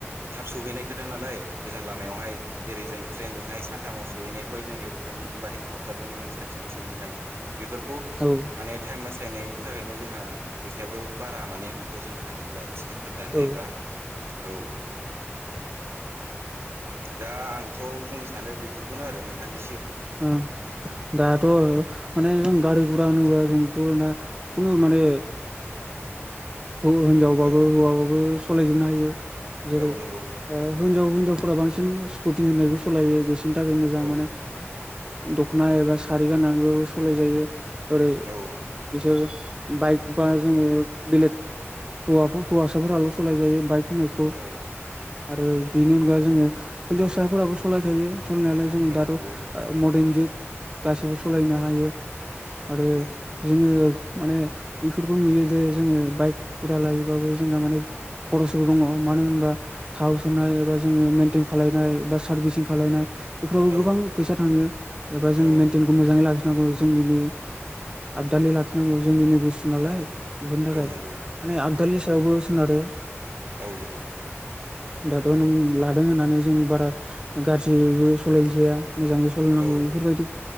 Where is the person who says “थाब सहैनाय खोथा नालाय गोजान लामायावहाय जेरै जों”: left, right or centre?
Right